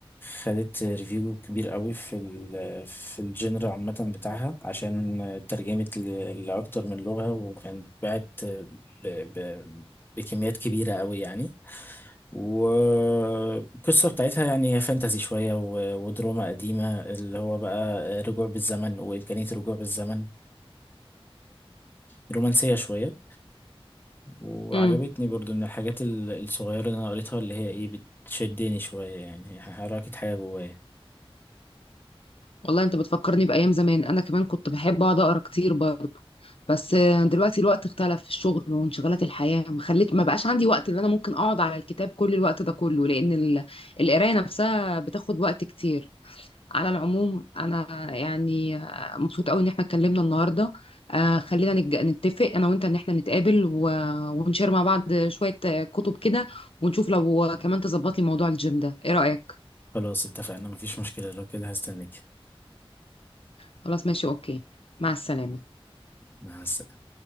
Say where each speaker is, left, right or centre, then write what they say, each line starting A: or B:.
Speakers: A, on the left (about 20°); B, on the left (about 65°).
A: خدت ريفيو كبير قوي في ال في الجنر عامة بتاعها عشان آه، ترجمت ل- لأكتر من لغة وكانت باعت آه، ب- ب- بكميات كبيرة قوي يعني والقصة بتاعتها يعني هي فانتازي شوية و- ودراما قديمة اللي هو بقى رجوع بالزمن وإمكانية الرجوع بالزمن ورومانسية شوية وعجبتني
B: امم
A: برضو من الحاجات ال- الصغيرة اللي أنا قريتها اللي هي إيه بتشدني شوية يعني هي حركت حاجة جوايا
B: والله انت بتفكرني بايام زمان انا كمان كنت بحب اقعد اقرا كتير برضه بس آه، دلوقتي الوقت اختلف في الشغل وانشغالات الحياه ما خليت ما بقاش عندي وقت اللي انا ممكن اقعد على الكتاب كل الوقت ده كله لان ال- القرايه نفسها بتاخد وقت كتير على العموم انا يعني آه، مبسوطه قوي ان احنا اتكلمنا النهارده آه خلينا نتج- نتفق انا وانت ان احنا نتقابل و... ونشير مع بعض شويه آه، كتب كده ونشوف لو كمان تظبط لي موضوع الجيم ده ايه رايك
A: خلاص اتفقنا مفيش مشكلة لو كده هستناك
B: خلاص ماشي اوكي مع السلامة
A: مع السلامة